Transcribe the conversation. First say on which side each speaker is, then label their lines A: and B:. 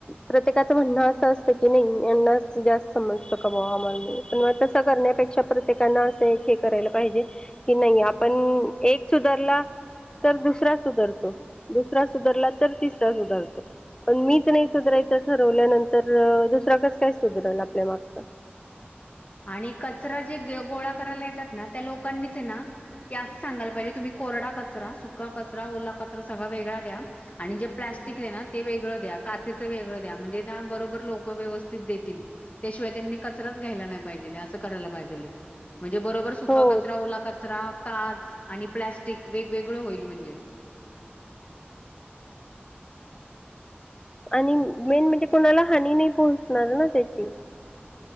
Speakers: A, on the left; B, on the left.
A: प्रत्येकाचं म्हणणं असं असतं की नाही यांना जास्त समजत क ब आम्हाला.. पण मग तस करण्यापेक्षा प्रत्येकना असं एक हे करायला पाहिजे. कि नाही आपण एक सुधारला... तर दुसरा सुधरतो दुसरा सुधरला तर तिसरा सुधारतो. पण मीच नाही सुधारायचं ठरवल्यानंतर दुसरा कस काय सुधरल आपल्या मागच
B: आणि कचरा जे गोळा करायला येतात ना त्या लोकांनीच आहे ना. की अस सांगयला पाहिजे तुम्ही कोरडा कचरा सुका कचरा ओला कचरा सगळा वेगळा द्या आणि जे प्ला प्लास्टिक हे न ते वेगळं द्या काचेच वेगळ द्या म्हणजे बरोबर लोक व्यवस्थित देतील त्याशिवाय... त्यांनी कचराच घ्यायला नाही पाहिजे अस करायला पाहिजे म्हणजे बरोबर सुका
A: हो
B: कचरा ओला कचरा... काच आणि प्लॅस्टिक वेगवेगळं होईल म्हणजे... हम्म
A: आणि मेन म्हणजे कोणाला हानी नाही पोहोचणार ना त्याची...